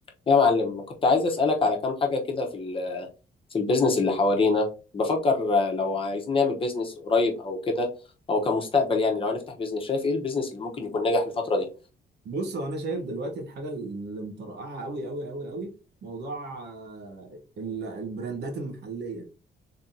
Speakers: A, on the left (about 30°); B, on the right (about 85°).
A: يا معلم كنت عايز أسألك على كام حاجة كده في ال في البيزنس اللي حوالينا بفكر آه، لو عايزين نعمل بيزنس قريب أو كده أو كمستقبل يعني لو هنفتح بيزنس شايف إيه البيزنس اللي ممكن يكون ناجح الفترة دي
B: بص هو انا شايف دلوقتي الحاجه اللي مطرقعه قوي قوي قوي قوي موضوع آه، ال- البراندات المحليه